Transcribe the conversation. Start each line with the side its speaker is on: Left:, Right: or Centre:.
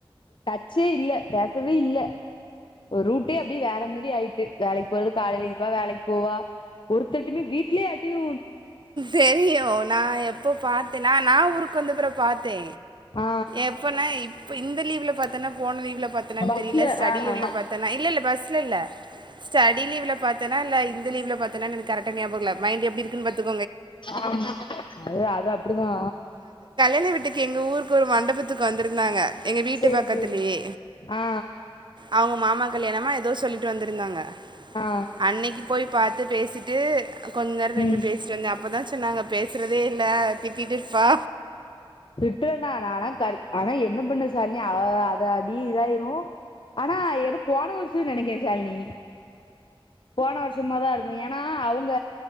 Left: டச்சேயில்ல பேசவேயில்ல ஒரு ரூட்டே அப்டி வேற மாரி ஆயிட்டு வேலைக்கு போறது காலைல எந்திப்பா வேலைக்கு போவா ஒருத்தட்டுமே வீட்லயே யார்டியு
Right: தெரியு நா எப்போ பார்த்தேன்னா நா ஊருக்கு வந்துக்குறப் பாத் தே
Left: ஆ
Right: எப்பனா இப்ப இந்த லீவ் வ்ள பாத்தனா போன லீவ்ல பாத்தனா
Left: பஸ்ல
Right: தெரியல ஸடி
Left: ஆ
Right: லீவ்ல
Left: ஆ
Right: பாத்தனா இல்ல இல்ல பஸ்ட்ல இல்ல ஸ்டடி லீவுல பாத்தனா இல்ல இந்த லீவுல பாத்தனான் எனக் கரெக்டா ஞாபகல்ல மைண்டு எப்டி இருக்குன் பாத்துக்
Left: ஆமா அது அது அப்டிதா
Right: ல வீட்டுக்கு எங்க ஊருக்கு ஒரு மண்டபத்துக்கு வந்திருந்தாங்க எங்க வீட்டு
Left: சேரி
Right: பக்கத்துலயே
Left: சேரி ஆ
Right: அவுங்க மாமா கல்யாணமா ஏதோ சொல்லி ட்டு வந்திருந்தாங்க
Left: ஆ
Right: அன்னைக்கு போய் பார்த்து பேசிட்டு கொஞ்ச நேரோ நின்னு
Left: ம்
Right: பேசிட்டு வந்த அப்பதா சொன்னாங்க பேசுறதே இல்ல திட்டிட்டுருப்பா
Left: திட்ரனா நாள கருத் ஆனா என்ன பண்ண சாலினி அவவ அது அப்டியே இதாயிரு ஆனா எனூ போன வருஷோன்னு நெனைக்கற சாலினி போன வருஷமா தா இருக்கு ஏனா அவுங்க